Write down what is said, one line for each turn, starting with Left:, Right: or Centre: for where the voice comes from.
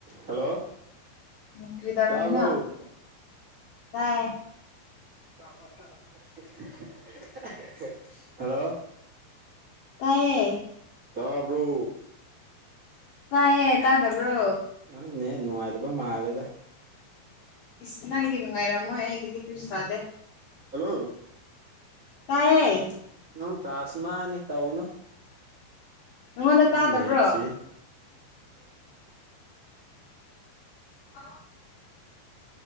Right: hello
Left: ꯎ ꯀ꯭ꯔꯤ ꯇꯔꯃꯤ
Right: ꯇꯥꯕ꯭ꯔꯣ
Left: ꯀꯥꯏ
Right: ꯑꯟꯏꯟꯇꯦꯜꯂꯤꯖꯦꯕꯜ
Left: ꯇꯥꯏꯑꯌꯦ
Right: ꯇꯥꯕ꯭ꯔꯣ
Left: ꯇꯥꯏꯌꯦ ꯇꯥꯗꯕ꯭ꯔꯣ
Right: ꯅꯪ ꯅꯦꯠ ꯅꯨꯡꯉꯥꯏꯗꯨꯕ ꯃꯥꯜꯂꯦꯗ
Left: ꯏꯁ ꯅꯪꯒꯤ ꯅꯨꯡꯉꯥꯏꯔꯝꯃꯣꯏ ꯑꯩꯒꯤꯗꯤ ꯀꯩꯁꯨ ꯇꯥꯗꯦ
Right: ꯍꯜꯂꯣ
Left: ꯇꯥꯏꯌꯦ
Right: ꯅꯪ ꯇꯥꯥꯁꯃꯥꯅꯤ ꯇꯧꯅꯨ
Left: ꯑꯩꯉꯣꯟꯗ
Right: ꯂ
Left: ꯇꯥꯗꯕ꯭ꯔꯣ
Right: ꯅꯠꯁꯤ
Left: ꯑ